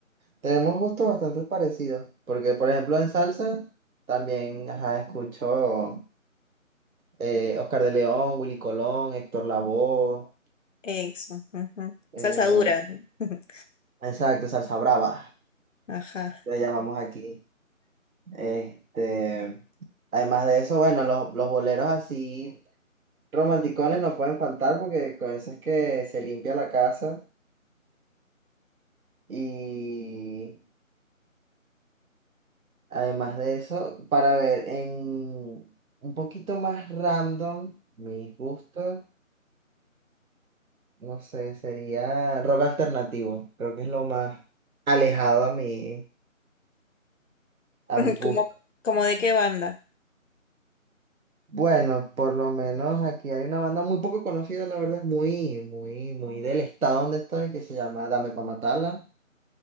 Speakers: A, on the right (about 80°); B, on the left (about 65°).
A: tenemos gustos bastante parecidos, porque, por ejemplo, en salsa también, ajá, escucho. eh, Oscar de León, Willy Colón, Héctor Lavoe,
B: Eso, ujú.
A: eh,
B: Salsa dura. <laughs>
A: exacto, Salsa Brava,
B: Ajá.
A: lo llamamos aquí. Este, además de eso, bueno, los, los boleros así romanticones no pueden faltar porque con eso es que se limpia la casa. Y además de eso, para ver en un poquito más random, mis gustos, no sé, sería rock alternativo, creo que es lo más alejado a mi, a
B: <laughs>
A: mis gustos.
B: ¿Como, como de qué banda?
A: Bueno, por lo menos aquí hay una banda muy poco conocida, la verdad, muy, muy, muy del estado donde estoy, que se llama Dame Pa' Matarla.